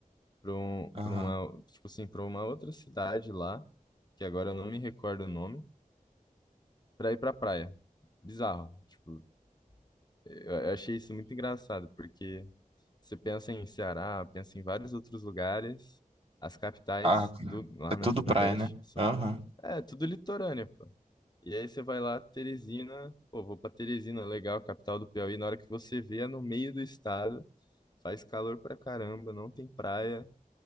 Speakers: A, on the left (about 30°); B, on the right (about 40°).
A: pra um,
B: Aham.
A: pra uma, tipo assim, para uma outra cidade lá, que agora eu não me recordo o nome, pra ir pra praia. Bizarro, tipo Eu eu achei isso muito engraçado, porque você pensa em Ceará, pensa em vários outros lugares, as capitais
B: Ah,
A: do lá,
B: é tudo
A: né, Nordeste,
B: praia, né?
A: são,
B: Aham.
A: é tudo litorânea, pô. E aí você vai lá, Teresina, pô, vou pra Teresina, legal, capital do Piauí, na hora que você vê, é no meio do estado, faz calor pra caramba, não tem praia,